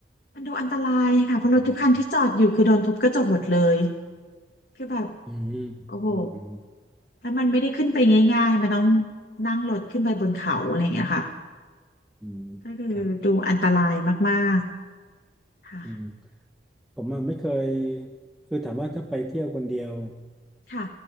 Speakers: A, on the left; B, in the centre.
A: มันดูอันตรายค่ะเพราะรถทุกคันที่จอดอยู่คือโดนทุบกระจกหมดเลย
B: ได้
A: คือแบบ
B: อืมอืมอืม
A: โอ้โหถ้ามันไม่ได้ขึ้นไปง่ายๆมันต้องนั่งรถขึ้นไปบนเขาอะไรอย่างเงี้ยค่ะ
B: อืมครับ
A: ก็คือดูอันตรายมากๆค่ะ
B: อืมผมอะไม่เคยคือถามว่าถ้าไปเที่ยวคนเดียว
A: ค่ะ